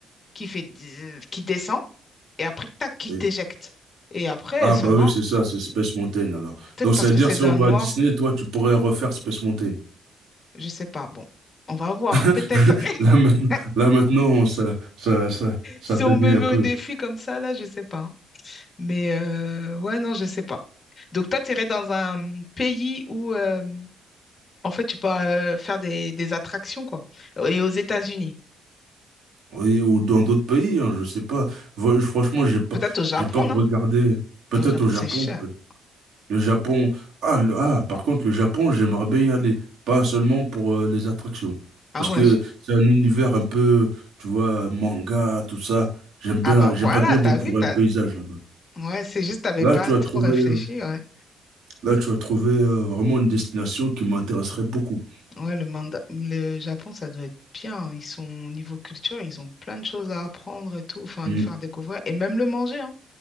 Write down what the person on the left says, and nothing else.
qui fait, dzz qui descend, et après, tac, qui
t'éjecte. Et après,
ça
va.
Peut-être
parce
que
c'est
dans
le
noir,
je sais pas. Bon, on va voir,
peut-être. <laughs>
Si
on me met
au défi comme ça, là, je sais pas. Mais euh, ouais, non, je sais pas. Donc toi, tu irais dans un pays où, euh, en fait, tu peux euh, faire des, des attractions, quoi. Et aux États-Unis.
Peut-être au Japon,
non?
Mais au Japon,
c'est cher.
Ah
ouais.
je-
Ah bah
voilà,
t'as
vu, t'as...
Ouais, c'est juste, t'avais
pas
trop
réfléchi,
ouais.
Ouais, le manda... le Japon, ça doit être bien. Ils sont, au niveau culture, ils ont plein de choses à apprendre et tout, enfin, à
nous faire découvrir. Et même le manger, hein,